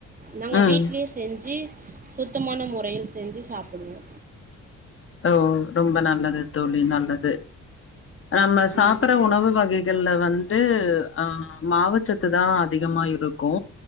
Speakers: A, on the right; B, on the left.
A: நாங்க
B: ம்
A: வீட்லியே செஞ்சி சுத்தமான மொறையில் செஞ்சு சாப்புடுவோ
B: அ ஒ ரொம்ப நல்லது தோழி நல்லது நம்ம சாப்ற
A: ம்
B: உணவு வகைகள்ல வந் து அ மாவச்சத்து தா அதிகமா இருக்கு